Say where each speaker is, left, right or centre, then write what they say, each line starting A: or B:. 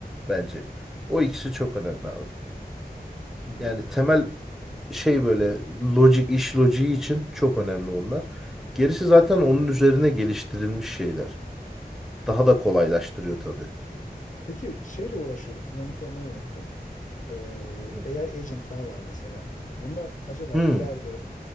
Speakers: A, in the centre; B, on the left.
A: bence. O ikisi çok önemli abi.
B: Hmm.
A: Yani temel şey böyle logic iş logiği için çok önemli onlar. Gerisi zaten onun üzerine geliştirilmiş şeyler. Daha da kolaylaştırıyor tabii.
B: Peki şeyle uğraşıyor musun? Onu sormayı unuttum. e,
A: Hı.
B: AI agentlar var mesela. Bunlar acaba
A: Hmm,
B: ileride